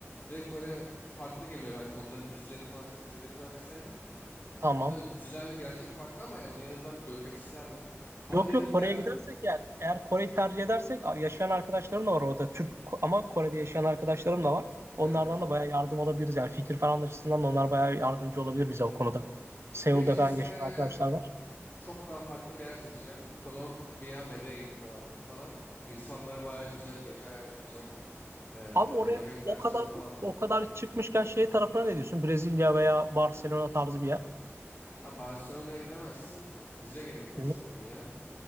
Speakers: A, on the left; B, on the right.
A: Bir de Kore farklı geliyor ben onların dizilerini falan çok izlediğimden vesaire.
B: Tamam.
A: Tabii dizilerle gerçek farklı ama yani en azından bir görmek isterdim. Ama
B: Yok
A: diğer
B: yok
A: ülkeler
B: Kore'ye gidersek eğer eğer Kore'yi tercih edersek a- yaşayan arkadaşlarım da var orada Türk Ko- ama Kore'de yaşayan arkadaşlarım da var. Onlardan
A: evet.
B: da bayağı yardım alabiliriz yani fikir falan açısından da onlar bayağı yardımcı olabilir bize o konuda. Seul'de
A: beş ise
B: falan yaşayan arkadaşlar var.
A: çok daha farklı bir yer seçeceğim. Kolombiya, Medellin tarafları falan. İnsanları bayağı güzel, gece hayatı güzel. Ee,
B: Abi oraya
A: yemekler,
B: o
A: şu
B: kadar
A: bu falan.
B: o kadar çıkmışken şey tarafına ne diyorsun? Brezilya veya Barcelona tarzı bir yer.
A: Ha, Barcelona'ya gidemezsin. Vize gerekiyor
B: Niye?
A: İspanya'ya.